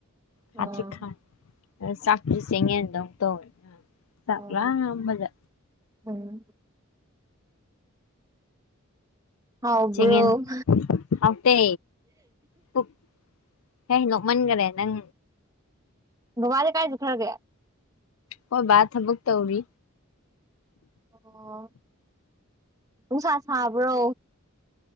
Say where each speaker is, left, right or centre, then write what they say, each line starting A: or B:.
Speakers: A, on the left (about 70°); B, on the right (about 15°).
A: ꯈꯥꯇ꯭ꯔꯤꯛ
B: ꯑꯥ
A: ꯈꯥꯏ ꯆꯥꯛ ꯆꯦꯡꯌꯦꯟꯗꯧ ꯇꯧꯏ ꯆꯥꯛ
B: ꯑꯥ
A: ꯂꯥꯝꯕꯗꯥ
B: ꯎꯝ ꯍꯥꯎꯕ꯭ꯔꯣ
A: ꯆꯦꯡꯌꯦꯟ ꯍꯥꯎꯇꯦ ꯄꯨꯛ ꯑꯩ ꯅꯣꯛꯃꯟꯒ꯭ꯔꯦ ꯅꯪ
B: ꯕꯕꯥꯗꯤ ꯀꯥꯏ ꯆꯠꯈ꯭ꯔꯒꯦ
A: ꯈꯣꯏ ꯕꯥ ꯊꯕꯛ ꯇꯧꯔꯤ
B: ꯑꯣ ꯅꯨꯡꯁꯥ ꯁꯥꯕ꯭ꯔꯣ